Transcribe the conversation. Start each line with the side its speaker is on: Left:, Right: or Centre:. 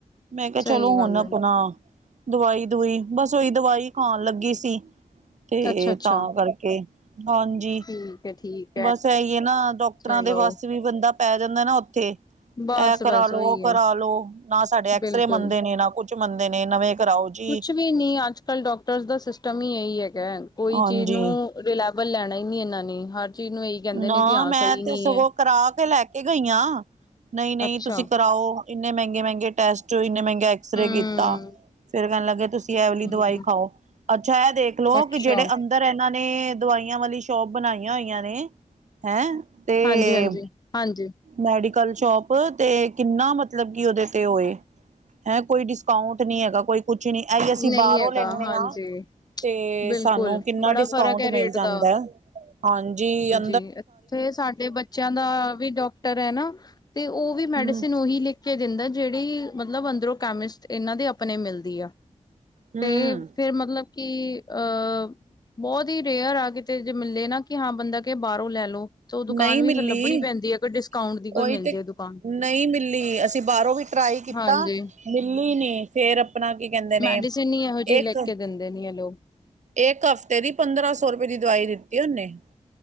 Right: ਮੈਂ ਕੈ
Left: ਸਹੀ
Right: ਚਲੋ ਹੁਨ
Left: ਗੱਲ ਹੈ,
Right: ਅਪਨਾ ਦਵਾਈ-ਦੁਵਈ ਬਸ ਓਹੀ ਦਵਾਈ ਖਾਣ ਲੱਗੀ ਸੀ। ਤੇ
Left: ਅੱਛਾ-ਅੱਛਾ
Right: ਤਾਂ ਕਰਕੇ ਹਾਂਜੀ।
Left: ਠੀਕ ਠੀਕ।
Right: ਬਸ ਇਹੀ ਹੈ ਨਾ ਡਾਕਟਰਾਂ
Left: ਚਲੋ,
Right: ਦੇ ਵਸ ਵੀ ਬੰਦਾ ਪੈ ਜਾਂਦਾ ਨਾ ਉੱਥੇ
Left: ਬਸ-ਬਸ
Right: ਇਹ ਕਰਾਲੋ
Left: ਉਹੀ
Right: ਉਹ ਕਰਾ
Left: ਹੈ,
Right: ਲੋ ਨਾ ਸਾਡੇ ਐਕਸਰੇ
Left: ਬਿਲਕੁਲ।
Right: ਮੰਨਦੇ ਨੇ ਨਾ ਕੁਛ ਮੰਨਦੇ ਨੇ ਨਵੇਂ ਕਰਾਓ। ਜੀ
Left: ਕੁਛ ਵੀ ਨੀ ਅੱਜ ਕੱਲ੍ਹ ਡਾਕਟਰਸ ਦਾ ਸਿਸਟਮ ਹੀ ਇਹੀ ਹੈਗਾ ਕੋਈ
Right: ਹਾਂਜੀ
Left: ਚੀਜ਼ ਨੂੰ ਰਲੇੈਬਲ ਲੈਣਾ ਹੀ ਨੀ ਇਹਨਾਂ ਨੇ ਹਰ ਚੀਜ਼ ਨੂੰ। ਕਹਿੰਦੇ
Right: ਨਾ
Left: ਨੇ ਕਿ ਹਾਂ
Right: ਮੈਂ
Left: ਸਹੀ
Right: ਤੇ
Left: ਨਹੀਂ
Right: ਸਗੋਂ
Left: ਹੈ,
Right: ਕਰਾ ਕੇ ਲੈ ਕੇ ਗਈ, ਹ ਨਹੀਂ ਨਹੀਂ
Left: ਅੱਛਾ,
Right: ਤੁਸੀਂ ਕਰਾਓ। ਇੰਨੇ ਮਹਿੰਗੇ ਮਹਿੰਗੇ ਟੈਸਟ ਇੰਨੇ ਮਹਿੰਗੇ ਐਕਸਰੇ
Left: ਹੂੰ।
Right: ਕੀਤਾ। ਫੇਰ ਕਹਿਣ ਲੱਗੇ ਤੁਸੀਂ ਇਹ ਵਾਲੀ
Left: ਹੂੰ,
Right: ਦਵਾਈ ਖਾਓ ਅੱਛਾ ਇਹ ਦੇਖ ਲੋ
Left: ਅੱਛਾ,
Right: ਕਿ ਜਿਹੜੇ ਅੰ ਇੱਧਰ ਇਹਨਾਂ ਨੇ ਦਵਾਈਆਂ ਵਾਲੀ ਸ਼ੋਪ ਬਣਾਈਆਂ ਹੋਈਆਂ ਨੇ। ਹੈਂ। ਤੇ
Left: ਹਾਂਜੀ ਹਾਂਜੀ ਹਾਂਜੀ।
Right: ਮੈਡੀਕਲ ਸ਼ੋਪ ਤੇ ਕਿੰਨਾ ਮਤਲਬ ਕਿ ਉਹਦੇ ਤੇ ੳਏ। ਹੈਂ ਕੋਈ ਡਿਸਕਾਊਂਟ ਨੀ ਹੈਗਾ ਕੋਈ ਕੁਛ ਨਹੀਂ ਅਹੀ ਅਸੀਂ
Left: ਨਹੀਂ
Right: ਬਾਹਰੋਂ
Left: ਹੈਗਾ,
Right: ਲੈਂਨੇ
Left: ਹਾਂਜੀ।
Right: ਹਾਂ। ਤੇ
Left: ਬਿਲਕੁਲ,
Right: ਸਾਨੂੰ ਕਿੰਨਾ
Left: ਬੜਾ
Right: ਡਿਸਕਾਊਂਟ
Left: ਫ਼ਰਕ ਹੈ
Right: ਮਿਲ
Left: ਰੇਟ
Right: ਜਾਂਦੇ,
Left: ਦਾ,
Right: ਹਾਂਜੀ ਅ।
Left: ਇੱਥੇ ਸਾਡੇ ਬੱਚਿਆਂ ਦਾ ਵੀ ਡਾਕਟਰ ਹੈ ਨਾ ਤੇ ਉਹ ਵੀ ਮੈਡੀਸਿਨ
Right: ਹਮ
Left: ਉਹੀ ਲਿਖ। ਲਿਖ ਕੇ ਦਿੰਦਾ ਜਿਹੜੀ ਮਤਲਬ ਅੰਦਰੋਂ ਕੈਮਿਸਟ ਇਹਨਾਂ ਦੇ ਅਪਨੇ ਮਿਲਦੀ ਆ।
Right: ਹਮ
Left: ਤੇ ਫੇਰ ਮਤਲਬ ਕਿ ਅਹ ਬਹੁਤ ਹੀ ਰੇਅਰ ਆ ਕਿਤੇ ਜੇ ਮਿਲੇ ਨਾ ਕਿ, ਹਾਂ ਬੰਦਾ ਕਿ ਬਾਹਰੋਂ ਲੈ ਲਓ। ਤੇ ਦੁਕਾਨ
Right: ਨਹੀਂ
Left: ਵੀ
Right: ਮਿਲੀ
Left: ਫੇਰ ਲੱਭਣੀ ਪੈਂਦੀ ਐ ਕੋਈ ਡਿਸਕਾਊਂਟ ਦੀ ਕੋਈ
Right: ਉਹੀ
Left: ਮਿਲ
Right: ਤੇ
Left: ਜੇ ਦੁਕਾਨ।
Right: ਨਹੀਂ ਮਿਲੀ ਅਸੀਂ ਬਾਹਰੋਂ ਵੀ ਟਰਾਈ ਕੀਤਾ
Left: ਹਾਂਜੀ।
Right: ਮਿਲੀ ਨੀ ਫੇਰ ਅਪਨਾ ਕੀ ਕੈੰਦੇ ਨੇ
Left: ਮੈਡੀਸਿਨ ਹੀ ਇਹੋ ਜਿਹੀ
Right: ਏਕ
Left: ਲਿਖ ਕੇ ਦਿੰਦੇ ਨੇ ਇਹ ਲੋਕ
Right: ਏਕ ਹਫ਼ਤੇ ਦੀ ਪੰਦਰਾਂ ਸੌ ਰੁਪਏ ਦੀ ਦਵਾਈ ਦਿੱਤੀ ਔਨੇ।